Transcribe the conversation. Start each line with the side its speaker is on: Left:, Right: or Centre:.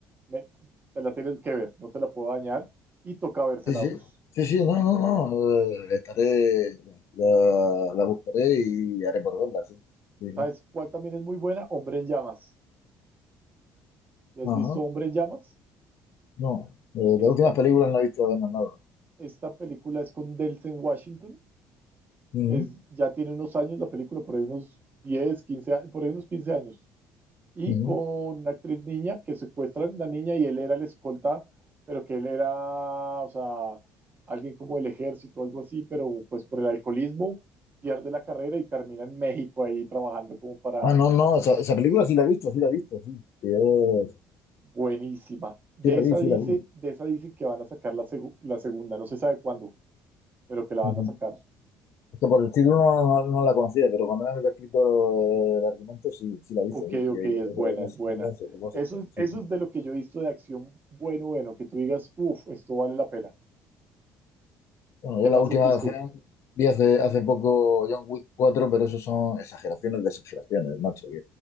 Right: Me, te la tienes que ver, no te la puedo dañar. Y toca verse
Left: Sí,
Right: la
Left: sí.
Right: dos.
Left: Sí, sí, no, no, no. eh, estaré, la, la buscaré y haré por verla, sí. Sí, sí.
Right: ¿Sabes cuál también es muy buena? Hombre en llamas. ¿Ya has
Left: Ajá.
Right: visto Hombre en llamas?
Left: No. eh, de
Right: Esta,
Left: últimas películas no he visto apenas nada.
Right: esta película es con Delsen Washington.
Left: Ujú,
Right: Es, ya tiene unos años la película, por ahí unos diez quince por ahí unos 15 años. y
Left: ujú.
Right: con una actriz niña que secuestran la niña y él era el escolta, pero que él era, o sea, alguien como del ejército o algo así, pero pues por el alcoholismo pierde la carrera y termina en México ahí trabajando como para
Left: Ah, no, no. Esa, esa película sí la he visto, sí la he visto, sí. Sí, eh,
Right: buenísima. De
Left: sí la
Right: esa
Left: vi,
Right: dice,
Left: sí la vi.
Right: de esa dicen que van a sacar la, segu- la segunda, no se sabe cuándo, pero que la van
Left: Ujú.
Right: a sacar.
Left: Es que por el título no, no- no la conocía, pero cuando me han escrito el argumento sí, sí la he visto.
Right: Ok,
Left: Sí,
Right: ok,
Left: y, eh,
Right: es
Left: eso,
Right: buena,
Left: no
Right: es
Left: sé,
Right: buena.
Left: no sé, no sé,
Right: Eso es,
Left: sí,
Right: eso
Left: sí.
Right: es de lo que yo he visto de acción bueno, bueno, que tú digas, uff, esto vale la pena.
Left: Bueno,
Right: ¿Qué
Left: yo la
Right: más
Left: última
Right: has visto?
Left: acción vi hace, hace poco John Wick cuatro, pero eso son exageraciones de exageraciones, macho, que